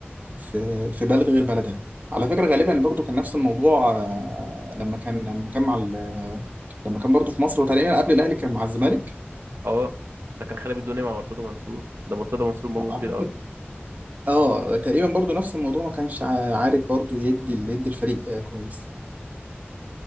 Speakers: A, on the right (about 40°); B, on the right (about 70°).
A: في في بلد غير بلدها على فكره غالبا برضو كان نفس الموضوع آه، لما كان لما كان مع ال- لما كان برضو في مصر وتقريبا قبل الاهلي كان مع الزمالك
B: اه ده كان خرب الدنيا مع مرتضى منصور ده مرتضى منصور مرمط
A: اعتقد
B: بيه الارض
A: اه تقريبا برضو نفس الموضوع ما كانش ع- عارف برضو يدي يدي الفريق آه، كويس